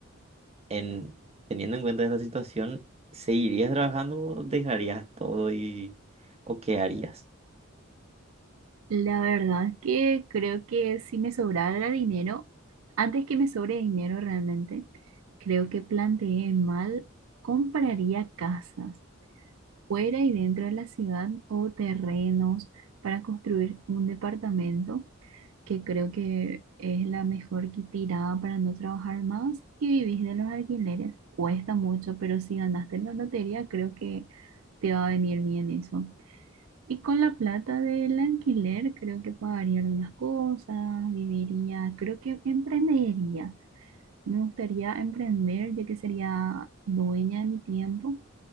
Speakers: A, on the right; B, on the right.
A: en teniendo en cuenta esta situación, ¿seguirías trabajando o dejarías todo y o qué harías?
B: La verdad que creo que si me sobrara dinero, antes que me sobre dinero realmente, creo que planteé mal, compraría casas. fuera y dentro de la ciudad o terrenos para construir un departamento, que creo que es la mejor que tirada para no trabajar más y vivís de los alquileres. Cuesta mucho, pero si ganaste la lotería, creo que te va a venir bien eso. Y con la plata del alquiler, creo que pagaría algunas cosas, viviría, creo que emprendería. Me gustaría emprender, ya que sería dueña de mi tiempo